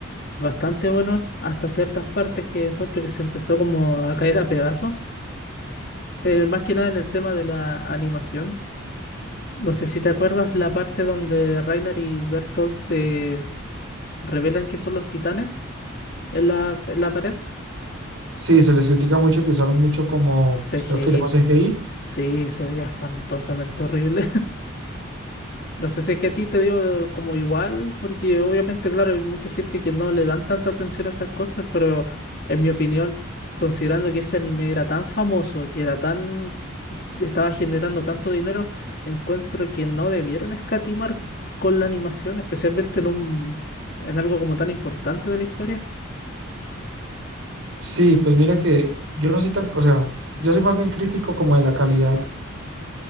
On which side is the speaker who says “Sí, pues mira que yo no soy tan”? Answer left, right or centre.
Right